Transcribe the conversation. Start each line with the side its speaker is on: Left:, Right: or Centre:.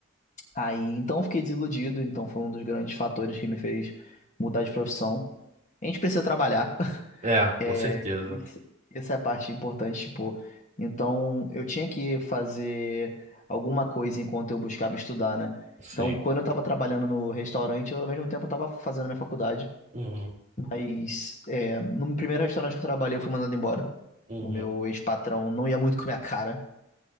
Left: Aí então eu fiquei desiludido, então foi um dos grandes fatores que me fez mudar de profissão. A gente precisa trabalhar.
Right: É,
Left: É,
Right: com certeza.
Left: isso, essa é a parte importante, tipo, então eu tinha que fazer alguma coisa enquanto eu buscava estudar, né?
Right: Sim.
Left: Então, quando eu tava trabalhando no restaurante, eu ao mesmo tempo tava fazendo a minha faculdade,
Right: Uhum.
Left: mas é, no primeiro restaurante que eu trabalhei, eu fui mandado embora.
Right: Uhum.
Left: O meu ex-patrão não ia muito com a minha cara.